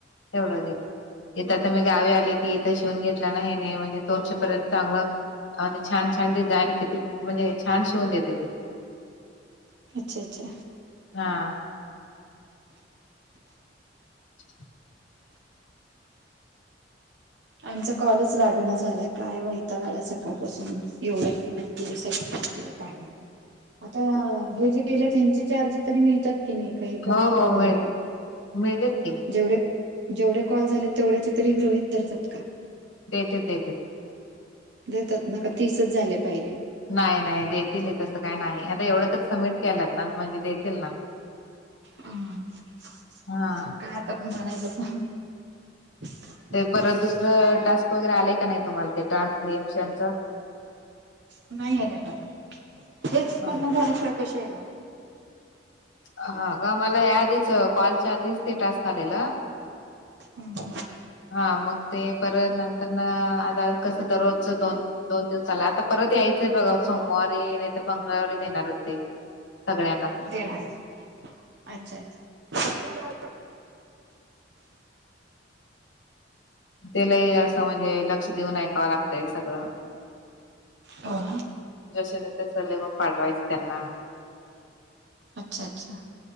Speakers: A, on the left (about 85°); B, on the right (about 65°).
A: तेवढंच आहे. इथ आता मी गावी आले की इथं शिवून घेतला ना हेणे म्हणजे दोनशे पर्यंत चांगलं छान छान डिझाईन किती म्हणजे छान शिवून देते ती.
B: अच्छा अच्छा
A: हा. <inaudible>
B: आमचा कॉलच लागणा झालाय, काय वैताग आला सकाळपासून. एवढी मेहनत केली, सगळ्या मेहनतीवर पाणी आ <unintelligible> आता हे जे केलं, त्यांचे चार्ज तरी मिळतात की नाही? काही पण...
A: हो हो
B: अं,
A: मिळ मिळतेत की
B: जेवढे जेवढे कॉल झालेत, तेव्हढ्याचे तरी गृहित धरतात. का
A: देतेत-देतेत.
B: देतात ना? का तीसंच झाले पाहिजे?
A: नाही-नाही देतील, तसं काय नाही. आता एवढं तर सबमिट केलात ना म्हणजे देतील ना.
B: हम्.. त्याचं
A: हा
B: काय आता, म्हणायचं पण काय
A: ते
B: एवढं
A: परत दुसरं
B: काय
A: टास्क वगैरे, आले का नाही तुम्हाला ते ट्रान्स्क्रीशनचं?
B: नाही आले बघा. हेच पूर्ण
A: हा
B: झाल्याशिवाय कसे येणार?
A: हा. का, मला याआधीच कॉलच्या आधीच ते टास्क आलेलं
B: हम्.. हम.
A: हा. मग ते परत नंतरनं, आता कसं दररोजचं दोन दोन दिवसाला. आता परत यायचंय बघा, सोमवारी नाहीतर मंगळवारीच येणार होते. सगळ्यांना.
B: देणारआहे अच्छा-अच्छा
A: ते लय असं, म्हणजे लक्ष देऊन ऐकावं लागतंय सगळं.
B: हो, ना?
A: जसंच्या तसं, लिहून पाठवायचं त्यांना
B: अच्छा-अच्छा